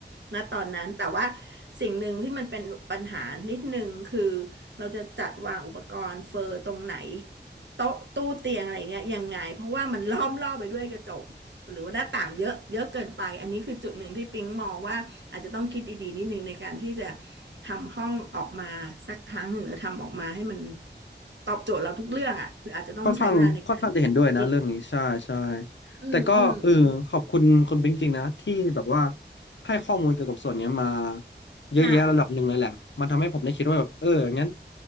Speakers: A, on the right; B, on the left.
A: ณตอนนั้นแต่ว่าสิ่งหนึ่งที่มันเป็นปัญหานิดนึงคือเราจะจัดวางอุปกรณ์เฟอร์ตรงไหนโต๊ะตู้เตียงอะไรเงี้ยยังไงเพราะว่ามันล้อมรอบไปด้วยกระจก หรือว่าหน้าต่างเยอะเยอะเกินไปอันนี้คือจุดหนึ่งที่ปิ๊งมองว่าอาจจะต้องคิดดีๆนิดนึงในการที่จะทำห้องออกมาสักครั้งหนึ่งหรือทำออกมาให้มันตอบโจทย์เราทุกเรื่องอ่ะคืออาจจะต้องใช้เวลาในการ
B: ค่อนข้างค่อนข้างจะเห็นด้วยนะเรื่องนี้ใช่ใช่
A: คิดอืมอืมอืม
B: แต่ก็เออขอบคุณคุณปิ๊งจริงๆนะที่แบบว่าให้ข้อมูลเกี่ยวกับส่วนเนี้ยมาเยอะแยะระดับหนึ่งเลยแหละมันทำให้ผมได้คิดว่าแบบเอองั้น
A: ค่ะ